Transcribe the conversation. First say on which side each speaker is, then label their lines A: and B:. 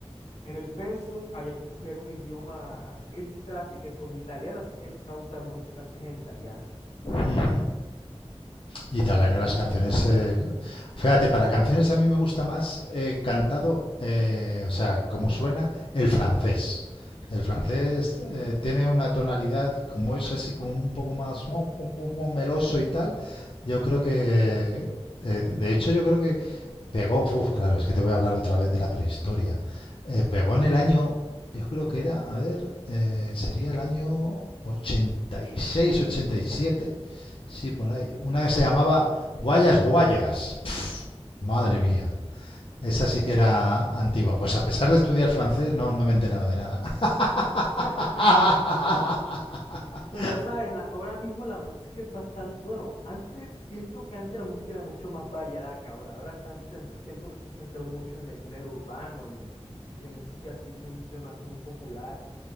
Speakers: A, on the left (about 80°); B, on the left (about 55°).
A: En el pensum había que coger un idioma extra, así que cogí italiano, así que empecé a buscar muchas canciones en italiano.
B: ujú. Y Talanio las canciones, eh, fíjate, para canciones a mí me gusta más eh, cantado, eh, o sea, como suena el francés. El francés eh, tiene una tonalidad, como es así, como un poco más mo- mo- mo- mo- meloso y tal. Yo creo que, eh, de hecho, yo creo que pegó, uf, claro, es que te voy a hablar otra vez de la prehistoria. Eh, pegó en el año, yo creo que era, a ver, eh, sería el año ochenta ochenta y seis, ochenta y siete. Sí, por ahí. Una que se llamaba Boyas Boyas. Madre mía. Esa sí que era antigua. Pues a pesar de estudiar francés, no, no me enteraba de nada. <laughs>
A: <laughs> Pero, ¿sabes? La- ahora mismo la música es bastante, bueno, antes siento que antes la música era mucho más variada que ahora. Ahora se han cen- siento que se centró mucho en el género urbano y, y en música así muy, de más- muy popular.